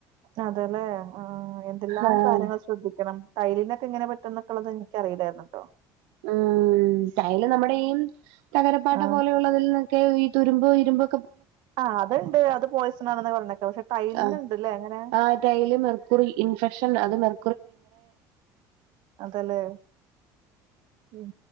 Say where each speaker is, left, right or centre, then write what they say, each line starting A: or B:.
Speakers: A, on the right; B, on the right.
A: അതല്ലെ ആ എന്തെല്ലാം
B: ആഹ്
A: കാര്യങ്ങൾ ശ്രദ്ധിക്കണം ടൈൽലിനൊക്കെ ഇങ്ങനെ പറ്റ എന്നൊക്കെയള്ളത് എനിക്കറിയില്ലായിരുന്നു ട്ടോ
B: ഉം ടൈല് നമ്മുടെ ഈ യും തകരപ്പാട്ട
A: ആ
B: പോലെയുള്ളതിൽ ഒക്കെ ഈ തുരുമ്പോ ഇരുമ്പോ
A: ആ അത്ണ്ട് അത് പോയ്സൺ ആണെന്ന് പറഞ്ഞേക്കെ പക്ഷെ ടൈലിനുണ്ടല്ലേ
B: ആഹ്
A: എങ്ങനെ
B: ആ ടൈല് മെർക്കുറി <unintelligible> അത് മെർ
A: അതെലേ ഉം